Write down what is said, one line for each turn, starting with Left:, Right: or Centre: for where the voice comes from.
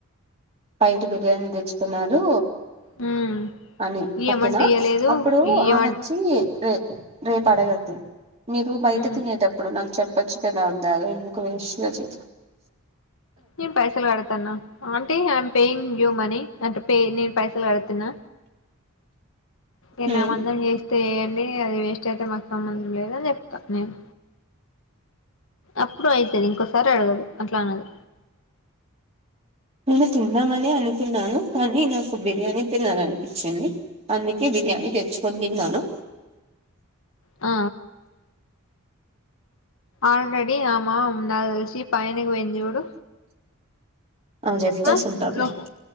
Right: పైట్ బిర్యానీ తెచ్చుకున్నారు
Left: హ్మ్
Right: అని
Left: ఇయ్యమంటే
Right: ఓకేనా
Left: ఇయ్యలేదు
Right: అప్పుడు
Left: ఇయ్యమం
Right: ఆమ వచ్చి రే రేపు అడగద్దు మీరు బయట
Left: హ్మ్
Right: తినేటప్ ఇప్పుడు నాకు చెప్పొచ్చుకదా వద్దాగా ఇందుకు వేస్ట్గా చే
Left: నేను పైసలు కడతన్న aunty I'm paying you money అంటే పే నేను పైసల్ కడుతున్నా ఎన్నిమంధం
Right: ఉమ్
Left: చేస్తే ఏంది అది వేస్ట్ అయితే మాకు సంబంధం లేదని చెప్తా నేను అప్పుడు అయితది ఇంకోసారి అడగదు అట్లా అన్నది
Right: నేను తిందామని అనుకున్నాను కానీ నాకు బిర్యానీ తినాలనిపించింది అందుకే బిర్యానీ తెచ్చుకొని తిన్నాను
Left: ఆ ఆల్రెడీ ఆమ నాకు దెలిసి పైనికు పోయింది జూడు
Right: చెప్పేసి
Left: ఆ
Right: ఉంటారులే
Left: నువ్వు